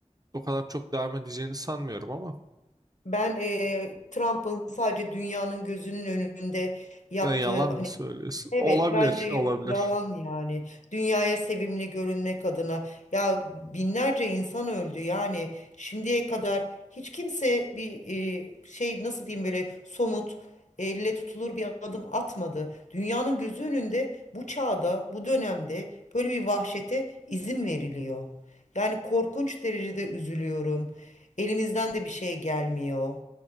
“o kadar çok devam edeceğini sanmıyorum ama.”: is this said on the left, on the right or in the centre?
Right